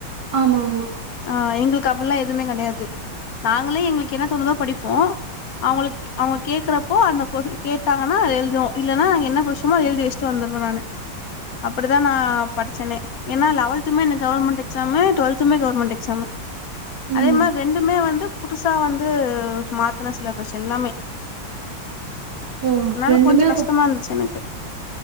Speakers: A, on the right; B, on the left.
A: ஆமா ஆமா
B: ஆ எங்களுக்கு அப்புல்லா எதுமே கடையாது நாங்களே எங்களுக்கு என்ன தோணுதோ படிப்போ அவங்களுக்கு அவங்க கேக்குறப்போ அந்த கேட்டாங்கன்னா அது எழுதுவோ இல்லன்னா நாங்க என்ன கொஸ்டி படிச்சோமோ எழுதி வச்சிட்டு வந்துடுவ நானு அப்டி தா நா படிச்சனே ஏன்னா லெவல்துமே கவர்ன்மெண்ட் எக்ஸாமு டுவெல்துமே கவர்மெண்ட் எக்ஸாமு
A: ம்
B: அதே மாரி ரெண்டுமே வந்து புதுசா வந்து மாத்தின சிலபெஸ் எல்லாமே
A: ஓ
B: அதனால
A: ரெண்டுமே
B: கொஞ்ச
A: அப்ப
B: கஷ்டமா இருந்துச்சு எனக்கு